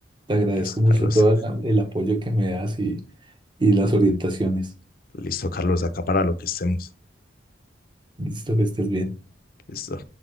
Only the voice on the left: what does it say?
Listo,
Carlos.
Listo, Carlos, acá para lo que estemos.
Listo.